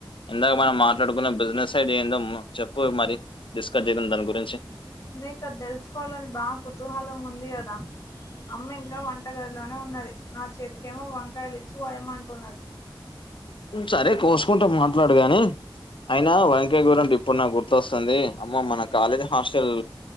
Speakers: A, on the left (about 75°); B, on the left (about 40°).
A: ఇందాక మనం మాట్లాడుకున్న బిజినెస్ సైడ్ ఏందో మ చెప్పు మరి డిస్కస్ జేద్దాం దాని గురించి
B: నీకు అది తెలుసుకోవాలని బా కుతూహలం ఉంది గదా అమ్మ ఇంకా వంటగదిలోనే ఉన్నది నా చేతికేమో వంకాయలు ఇచ్చి వోయమంటున్నది
A: ఉ సరే కోసుకుంట మాట్లాడు గాని అయినా వంకాయ కూర ఇప్పుడు నాకు గుర్తొస్తుంది అమ్మో మన కాలేజ్ హాస్టల్